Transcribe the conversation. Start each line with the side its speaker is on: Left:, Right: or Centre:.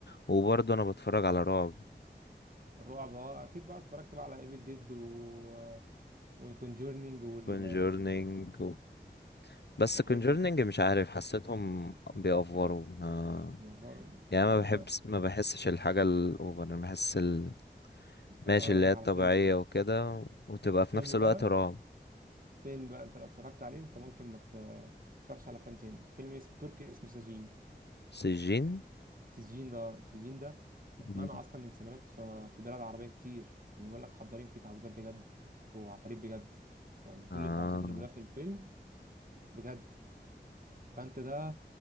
Left: وبرضه انا بتفرج على رعب
Right: الرعب اه اكيد بقى اتفرجت بقى على ايفل ديد و وكونجورنينج وال...
Left: كونجورنينج و... بس
Right: والحاجات
Left: كونجورنينج
Right: دي
Left: مش عارف حسيتهم بيأفوروا ما...
Right: يا فار
Left: يعني
Right: طب
Left: ما بحبس ما بحسش الحاجه الاوفر انا بحس ال... ماشي
Right: طب اقول
Left: اللي
Right: لك
Left: هي الطبيعيه
Right: على فيلم
Left: وكده وتبقى في
Right: فيلم
Left: نفس الوقت
Right: بقى
Left: رعب
Right: فيلم بقى انت لو اتفرجت عليه انت ممكن ما ت- ما تتفرجش على افلام تاني فيلم اسمه تركي اسمه سجين
Left: سجين
Right: سجين ده سجين ده اتمنع
Left: مم.
Right: اصلا من سينمات في, في بلاد عربيه كتير لانه بيقول لك حضارين فيه تعويذات بجد وعفاريت بجد يعني كل
Left: آه
Right: التعويذات اللي بيقولها في الفيلم بجد فانت ده